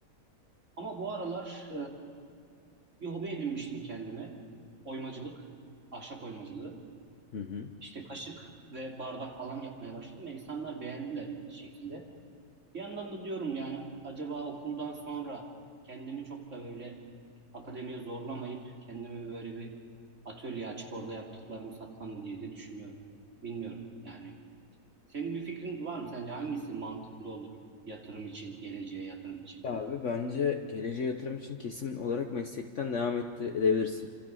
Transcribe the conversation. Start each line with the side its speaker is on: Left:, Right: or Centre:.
Right: Ama bu aralar Bir hobi edinmiştim kendime. Oymacılık, ahşap oymacılığı.
Left: Hı hı.
Right: İşte kaşık ve bardak falan yapmaya başladım ve insanlar beğendiler ilginç şekilde. Bir yandan da diyorum yani acaba okuldan sonra kendimi çok da böyle akademiye zorlamayıp kendimi böyle bir atölye açıp orada yaptıklarımı satsam mı diye de düşünüyorum. Bilmiyorum yani. Senin bir fikrin var mı? Sence hangisi mantıklı olur yatırım için, geleceğe yatırım için?
Left: Abi bence geleceğe yatırım için kesin olarak meslekten devam etti- edebilirsin.